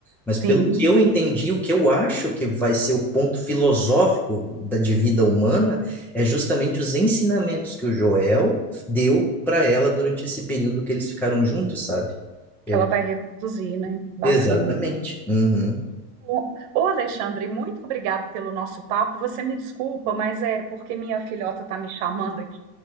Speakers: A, in the centre; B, on the right.
A: Mas pelo
B: Sim,
A: que eu entendi, o que eu acho que vai ser o ponto filosófico da de vida humana é justamente os ensinamentos que o Joel deu para ela durante esse período que eles ficaram juntos, sabe? Eu,
B: que ela vai reproduzir, né? Bacana.
A: exatamente. Uhum,
B: Ô, ô, Alexandre, muito obrigada pelo nosso papo. Você me desculpa, mas é porque minha filhota está me chamando aqui.